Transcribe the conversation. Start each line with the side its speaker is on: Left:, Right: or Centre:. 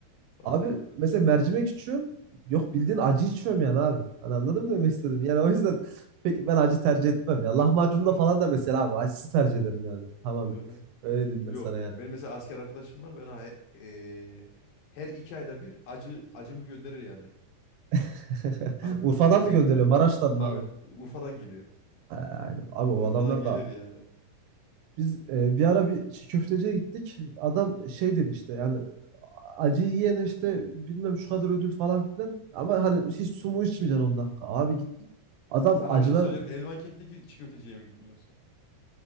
Left: Tabii.
Right: Abi mesela mercimek içiyorum yok bildiğin acı içiyorum yani abi. Hani anladın mı demek istedim yani o yüzden <laughs> peki ben acı tercih etmem ya lahmacunda
Left: <laughs>
Right: falan
Left: Yok.
Right: da mesela abi acısı tercih ederim yani tamamen.
Left: Hı-hı.
Right: Öyle diyeyim ben
Left: Yok
Right: sana
Left: ya.
Right: yani.
Left: Benim mesela asker arkadaşım var. Ben ha- e, her iki ayda bir acı acımı gönderir yani.
Right: <laughs>
Left: Tabii
Right: Urfa'dan
Left: o özellikle.
Right: mı gönderiyor Maraş'tan mı
Left: Tabii
Right: abi?
Left: Urfa'dan geliyor.
Right: Ha, Aynen. Abi o
Left: Urfa'dan
Right: adamlar
Left: gelir
Right: da
Left: yani.
Right: Biz e, bir ara bir çiğ köfteciye gittik. Adam
Left: Hı-hı.
Right: şey dedi işte yani acıyı yiyene işte bilmem şu kadar ödül falan filan. Ama hani hiç su mu içmeyeceksin 10 dakika. Abi gittik. Adam
Left: Sana
Right: acılar
Left: bir şey soracağım. Elvankent'teki çiğ köfteciye mi gittin yoksa?